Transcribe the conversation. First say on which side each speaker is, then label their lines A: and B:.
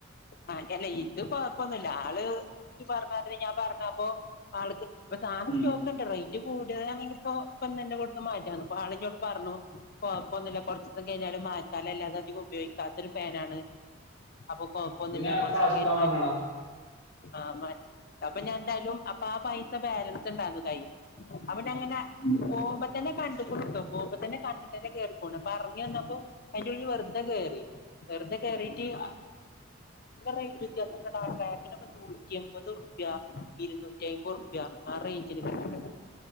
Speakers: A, on the left (about 45°); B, on the left (about 60°).
A: ആഹ അല്ല ഇത് കൊഴപ്പൊന്നുമില്ല ആള് ഇച്ച് പറഞ്ഞമാതി ഞാൻ പറഞ്ഞപ്പൊ ആൾക്ക് ഇപ്പൊ സാധന
B: ഉം.
A: സ്റ്റോ ക്കുണ്ട് റേറ്റ് കൂടിയതനെങ്കിൽ പ്പോ ഇപ്പന്നന്നെ കൊടുത്ത് മാറ്റാന്നു അപ്പ ആളിനോട് പറഞ്ഞു കൊഴപോന്നില്ല കുറചിസം കഴിഞ്ഞാലും മാറ്റാലലേ അത് അധികം ഉപയോഗിക്കാത്തൊ ഒരു ഫനാണ് അപ്പൊ കൊഴൊപ്പന്നില്ല
B: പിന്നെ
A: കൊറചീസം
B: ക്ലാസ്സിക്കാൻ
A: കഴിഞ്ഞിട്ട് മാറ്റി
B: പറഞ്ഞോളാം
A: ആ മാറ്റ് അപ്പൊ ഞാൻ എന്തായാലും അപ്പൊ ആ പൈസ ബാലൻസ് ഉണ്ടാന്ന് കയ്യില് അപ്പോഞാങ്ങനെ
B: ഉം.
A: പോകുമ്പ തന്നെ കണ്ടുക്കോണ് ട്ടോ പോക്മ്പോ തന്നെ കണ്ടിട്ട് തന്നെ കേറിപോണത് പറഞ് വന്നപ്പോ അതിന്റെഉള്ളിൽ വെറുതെ കേയറി വെറുതെ കേയറിറ്റ് അ റേറ്റ് വ്യത്യാസണ്ടടാ ട്രാക്കിനോക്കെ നൂറ്റിഅമ്പത്റുപ്യ ഇരുന്നൂറ്റി അയ്മ്പത് റുപ്യാ ആറൈറ്റ്ന് കിട്ടുന്നുണ്ട്